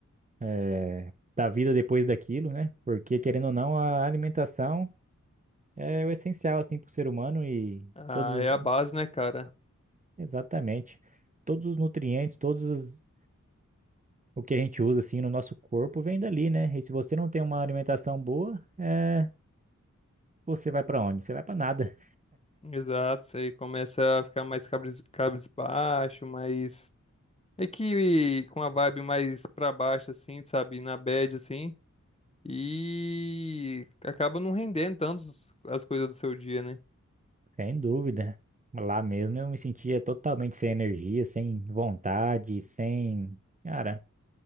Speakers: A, on the right; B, on the left.
A: é, da vida depois daquilo, né? Porque, querendo ou não, a alimentação é o essencial, assim, para o ser humano e
B: Ah,
A: todos,
B: é
A: os-
B: a base, né, cara?
A: exatamente, todos os nutrientes, todos os- o que a gente usa, assim, no nosso corpo vem dali, né? E se você não tem uma alimentação boa, é, você vai para onde? Você vai para nada,
B: Exato, você começa a ficar mais cabres, cabisbaixo, mais. É que com a vibe mais pra baixo, assim, sabe? Na bad, assim. E acaba não rendendo tanto as coisas do seu dia, né?
A: sem dúvida. Lá mesmo eu me sentia totalmente sem energia, sem vontade, sem... Cara...